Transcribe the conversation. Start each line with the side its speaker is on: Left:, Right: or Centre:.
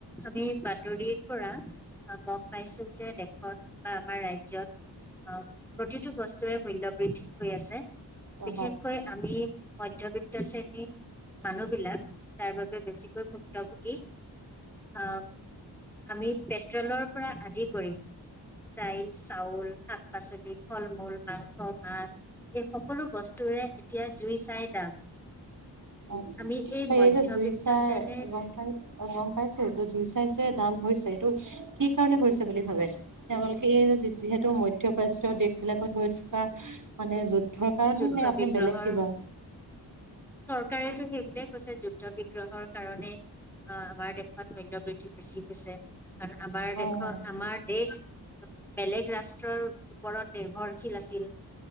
Centre: আমি বাতৰিৰ পৰা গম পাইছো যে দেশত বা আমাৰ ৰাজ্যত আহ প্ৰতিটো বস্তুৰে মূল্য বৃদ্ধি হৈ আছে।
Right: অ
Centre: বিশেষকৈ আমি মধ্যবিত্ত শ্ৰেণীৰ মানুহ বিলাক তাৰ বাবে বেছিকৈ ভু ভুক্তভোগী আহ আমি পেট্ৰলৰ পৰা আদি কৰি প্ৰায় চাউল, শাক, পাচলি ফল-মূল, মাংস-মাছ এই সকলো বস্তুৰে এতিয়া জুই চাই দাম।
Right: অ',
Centre: আমি মধ্যবিত্ত
Right: এই যে জুই চাই
Centre: শ্ৰেণীৰ
Right: গম গম পাইছে, এইটো জুই চাই যে দাম হৈছে এইটো কি কাৰণে হৈছে বুলি ভাবে? তেওঁলোকে এই যে যিহেতু মধ্যপ্ৰাচীয় দেশবিলাকত হৈ থকা মানে য ঘৰৰ কাৰণে
Centre: যুদ্ধ
Right: নে আপুনি
Centre: বিগ্ৰহৰ
Right: বেলেগ কিবা।
Centre: চৰকাৰেতো সেই বুলিয়ে কৈছে যুদ্ধ বিগ্ৰহৰ কাৰণে, আমাৰ দেশত মূল্য বৃদ্ধি বেছি হৈছে। কাৰণ আমাৰ
Right: উম,
Centre: দেশৰ আমাৰ দেশ বেলেগ ৰাষ্ট্ৰৰ ওপৰত নিৰ্ভৰশীল আছিল।